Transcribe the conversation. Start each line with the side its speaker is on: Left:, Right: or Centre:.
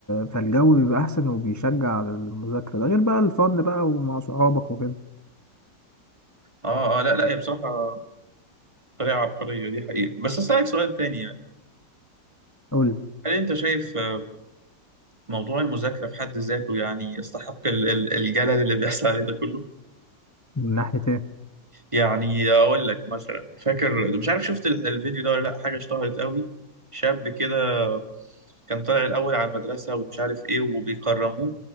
Left: فالجو بيبقى احسن وبيشجع على المذاكرة ده غير بقى الفن بقى ومع صحابك وكده
Right: اه اه لا لا هي بصراحه طريقه عبقريه دي حقيقه بس اسالك سؤال تاني يعني
Left: قول
Right: هل انت شايف آه، موضوع المذاكره في حد ذاته يعني يستحق ال- ال- الجلل اللي بيحصل عليه ده كله
Left: من ناحية ايه
Right: يعني اقول لك مثلا فاكر مش عارف شفت ال- الفيديو ده ولا لا حاجه اشتهرت قوي شاب كده كان طالع الاول على المدرسه ومش عارف ايه وبيكرموه